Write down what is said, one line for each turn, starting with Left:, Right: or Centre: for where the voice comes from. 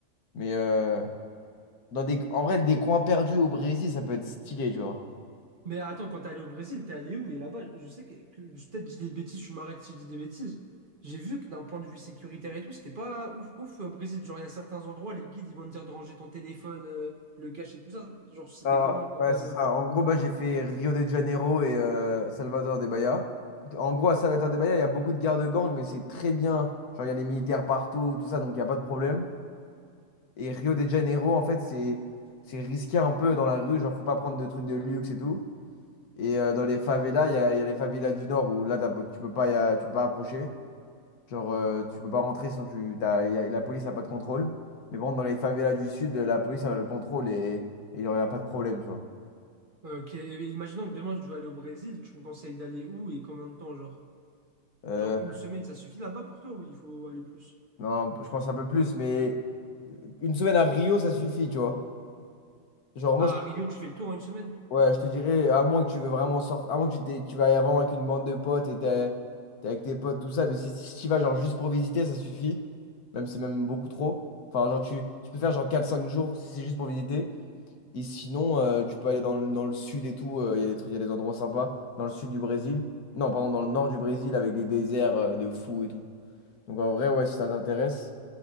Left: Mais euh, dans des... en vrai, des coins perdus au Brésil, ça peut être stylé, tu vois.
Right: Mais attends, quand t'es allé au Brésil, t'es allé où? Et là-bas, je sais que, que- peut-être que je dis des bêtises, tu m'arrêtes si je dis des bêtises. J'ai vu que d'un point de vue sécuritaire et tout, c'était pas ouf ouf au Brésil. Genre, il y a certains endroits, les guides, ils vont te dire de ranger ton téléphone, euh, le cacher, tout ça. Genre, c'était
Left: Ah,
Right: comment quand
Left: ouais,
Right: t'es allé
Left: c'est ça.
Right: là-bas?
Left: En gros, bah, j'ai fait Rio de Janeiro et euh, Salvador de Bahia. En gros, à Salvador de Bahia, il y a beaucoup de guerres de gangs, mais c'est très bien. Genre, il y a des militaires partout, tout ça, donc il n'y a pas de problème. Et Rio de Janeiro, en fait, c'est c'est risqué un peu dans la rue. Genre, faut pas prendre de trucs de luxe et tout. Et euh, dans les favelas, il y a, il y a les favelas du Nord où là, t'as pas- tu peux pas, y a- tu peux pas approcher. Genre, euh, tu peux pas rentrer sinon tu, t'as- y a- la police n'a pas de contrôle. Mais bon, dans les favelas du Sud, la police, elle a le contrôle et et il n'y a pas de problème, tu vois.
Right: Ok, et imaginons que demain je veux aller au Brésil, tu me conseilles d'aller où et combien de temps, genre?
Left: Euh,
Right: Genre une semaine, ça suffit là-bas pour toi ou il faut aller plus?
Left: Non, je pense un peu plus, mais une semaine à Rio, ça suffit, tu vois. Genre,
Right: Ah,
Left: moi, je,
Right: à Rio, tu fais le tour en une semaine?
Left: ouais, je te dirais, à moins que tu veux vraiment sortir, à moins que tu, t'es- tu vas vraiment avec une bande de potes et t'es t'es avec tes potes, tout ça, mais si, si tu y vas, genre, juste pour visiter, ça suffit. Même, si c'est même beaucoup trop. Enfin, genre, tu, tu peux faire, genre, quatre cinq jours si c'est juste pour visiter. Et sinon, euh, tu peux aller dans, le dans le sud et tout, euh, il y a des trucs, il y a des endroits sympas. Dans le sud du Brésil. Non, pardon, dans le nord du Brésil avec des déserts euh, de fous et tout. Donc, en vrai, ouais, si ça t'intéresse.